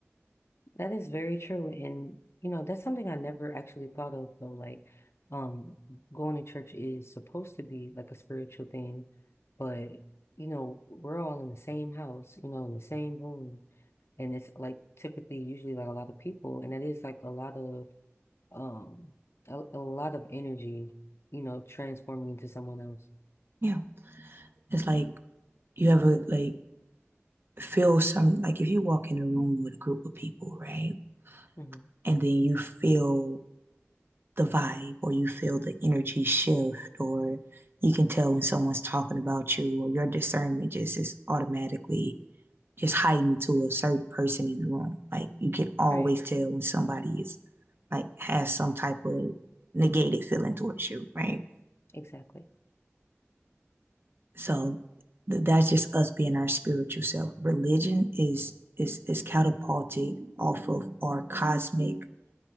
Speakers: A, on the left (about 60°); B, on the right (about 50°).
A: That is very true. And, you know, that's something I never actually thought of though. Like, um, going to church is supposed to be like a spiritual thing, but you know, we're all in the same house, you know, in the same room. and it's like typically usually like a lot of people and it is like a lot of um a, a lot of energy you know transforming into someone else
B: Yeah. It's like you ever like feel some like if you walk in a room with a group of people, right?
A: hmm
B: And then you feel the vibe or you feel the energy shift or you can tell when someone's talking about you or your discernment just is automatically just heightened to a certain person in the room. Like you can always
A: right
B: tell when somebody is like has some type of negated feeling towards you, right?
A: exactly
B: So th- that's just us being our spiritual self. Religion is is is catapulted off of our cosmic